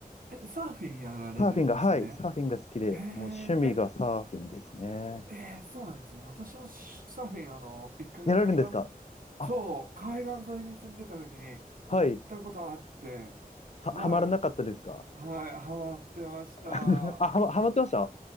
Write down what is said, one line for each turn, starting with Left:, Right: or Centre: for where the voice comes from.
Right: え、サーフィンやられるんですね。
Left: サーフィンが、はい、サーフィンが好きで、
Right: へえ、
Left: もう趣味がサーフィンですね。
Right: え、ええそうなんですよね。私のサーフィン、あの、一回海岸、
Left: やられるんですかあ、
Right: そう、海岸沿いに住んでた時にやったことあって、
Left: はい。さ、
Right: はいはい、
Left: ハマらなかったですか
Right: ハマってました。<laughs> ハ
Left: <laughs> あ、はま、ハマってました